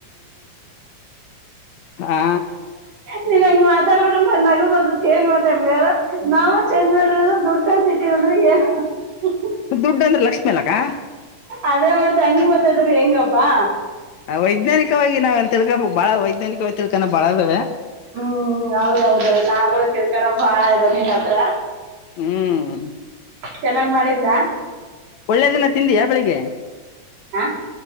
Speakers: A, on the left; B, on the right.
A: ಹಾ
B: ನೀನ್ ಹಂಗ ಮಾತಾಡಿಬಿಟ್ರ ನಂಗ್ ನಗು ಬರ್ತೈತಿ ಏನ್ ಮಾತಾಡ್ಲಿ ಹೇಳ ನಾವ್ ಏನ್ ಮಾಡ್ರಿ ಅಂದ್ರ ದುಡ್ಡ ಅಂತ ಇಟ್ಟೀವ್ ಅಂದ್ರ ಏನ <unintelligible>
A: ದುಡ್ ಅಂದ್ರ ಲಕ್ಷ್ಮಿ ಅಲಕ್ಕಾ.
B: ಅದೇ ಮತ್ ಹಂಗ್ ಮಾತಾಡಿದ್ರೆ ಹೆಂಗಪ್ಪಾ.
A: ವೈಜ್ಞಾನಿಕವಾಗಿ ನಾವ ಏನ್ ತಿಳ್ಕೋ ಬಾಳ ವೈಜ್ಞಾನಿಕವಾಗಿ ತಿಳ್ಕನ ಬಾಳದಾವೆ.
B: ಹ್ಮ್ ಹ್ಮ ಹೌದೌದದ ನಾವುಗಳು ತಿಳ್ಕಳ ಬಾಳ ಇದಾವ ನಿನ್ನ್ ಹತ್ರ
A: ಹ್ಮ್
B: ಚೆನ್ನಾಗ್ ಮಾಡಿದ್ಲಾ?
A: ಒಳ್ಳೆ ದಿನ ತಿಂದಿಯಾ ಬೆಳಿಗ್ಗೆ?
B: ಹಾ